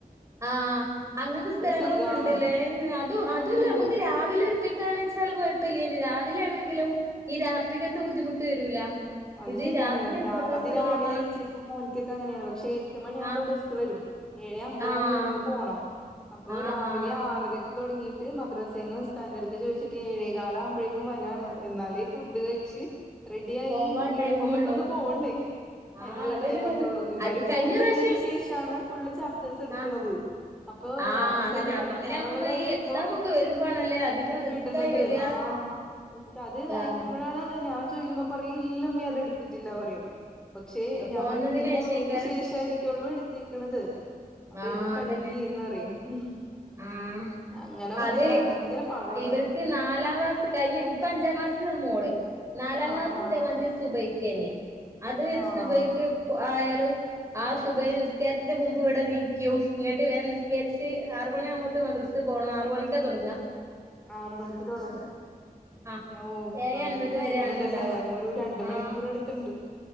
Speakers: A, on the right; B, in the centre.
A: ആഹ് അങ്ങനത്തെ സ്ഥലങ്ങളൊക്കെണ്ട്ല്ലേ
B: സുഖാണ്
A: അത്
B: ആ
A: അതുമല്ല
B: ഉണ്ട്ണ്ട്
A: അമ്മക്ക് രാവിലെ ഒറ്റക്കാണ് ചാ ചാൽ കൊഴപ്പല്ലേനി രാവിലെ ആണെങ്കിലും ഈ രാത്രികത്ത ബുദ്ധിമുട്ട് വരൂല
B: അത്
A: ഇത്
B: ശരിയാണ്
A: രാത്രി
B: ഞാ
A: മദ്രസ
B: അദിരാവിലെ
A: ഉള്ളോണ്ടാ
B: വെച്ച് ഇപ്പൊ മോനിക്കൊക്കെ അങ്ങനെയാണ് പക്ഷെ എട്ട് മണിയാവുമ്പം
A: ആഹ്
B: ബസ് സ് വരും ഏഴ് അമ്പത്
A: ആഹ്
B: ആകുമ്പോ ഇവിടുന്ന് പോണം അപ്പോ
A: ആഹ്
B: രാവിലെ
A: ആഹ്
B: ആറരക്ക് തുടങ്ങിട്ട് മദ്രാസേന്ന് ഉസ്ഥാദ്ന്റെ അടുത്ത് ചോയിച്ചിട്ട് ഏഴേകാല് ആവുമ്പഴേക്കും വരാണ് എന്നാലെ ഫുഡ് കഴിച്ച് റെഡിയായി
A: പോവാൻ
B: യൂണിഫോം
A: ടൈമൊള്ളൂ
B: ഇട്ടൊന്ന് പോവണ്ടേ അതിനുള്ള
A: ആഹ് അതന്നെ
B: ടൈം
A: പറഞ്ഞ്
B: കിട്ടുള്ളൂ ഇവര്
A: അത്
B: പോന്ന്
A: കഴിഞ്ഞ പ്രാവശ്യം
B: കഴിഞ്ഞേന് ശേ ഷ. ആണ് ഫുൾ ച പിറ്റേസം എട്ക്ക്ണത്
A: ആഹ്
B: അപ്പോ
A: ആഹ്
B: ഞാ ഉസ്താദ്
A: അതന്നെ
B: പഠിക്കാനുള്ളത്
A: അങ്ങനെ ആകുമ്പോ
B: അയകുമ്പം
A: ഈ എക്സാം ഒക്കെ വരുമ്പോണല്ലേ അധികം റിസ്ക്
B: പെട്ട് ണ്ടർന്നത്
A: ആയി വരിക
B: ആ ഉസ്താദ് അയക്കുമ്പഴാണ്
A: ആഹ്
B: ഞാൻ ചോയ്ക്കുമ്പം പറയും ഇല്ല ഉമ്മി അത് എടുത്തിട്ടില്ല പറയും പക്ഷേ ഞാമ്പറയും
A: പോന്നതിന്
B: നീ പോന്നേന്
A: ശേഷേക്കാരം
B: ശേഷം ആയിരിക്കൊള്ളൂ എടുത്തേക്കണത് അപ്പൊ
A: ആഹ്
B: ഇരുന്ന് പഠിക്കിന്ന്
A: അതന്നെ
B: പറയും ഉം
A: ആഹ്
B: അങ്ങനെ പറയല
A: അത്
B: ഭയങ്കര പാടാണ്
A: ഇവർക്ക് നാലാം ക്ലാസ് കഴിഞ്ഞ് ഇപ്പ അഞ്ചാം ക്ലാസ്സിലാണ് മോള് നാലാം
B: ആഹ്
A: ക്ലാസ്
B: ആഹ്
A: ദേ മാതി അത് സുബയ്ക്കേനി അത്
B: ആഹ്
A: സുബൈക്ക് ആയാലും ആ സുബയ് നിസ്കാരത്തിന്റെ മുമ്പ് ഇവടെ നീക്കും ഇങ്ങട്ട് വേം നിസ്കാരിച്ച് ആറ് മണി ആവുമ്പത്ത് മത്റസേ പോണം ആറ് മണിക്കാ തൊടങ്ങാ
B: ആറ് മണിക്ക് തൊടങ്ങും
A: ആഹ്
B: ഓ
A: ഏഴേ
B: നല്ല
A: അൻപത്
B: ടൈമ്ണ്ടല്ലേ
A: വരെയാണ് ഇണ്ടാവ
B: ഒരു രണ്ട് മണിക്കൂർ
A: ആഹ്
B: എട് ത്ത്ണ്ട്